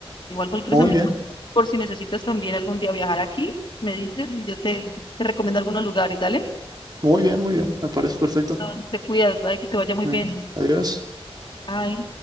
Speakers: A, on the left; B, on the right.
A: Igual cualquier
B: Muy
A: cosa me
B: bien,
A: cuentas, por si necesitas también algún día viajar aquí, me dices y yo te, te recomiendo algunos lugares, dale.
B: muy bien, muy bien. Me parece perfecto.
A: Ah, Te cuidas, bye, que te vaya muy
B: Muy
A: bien.
B: bien. Adiós.
A: Ay.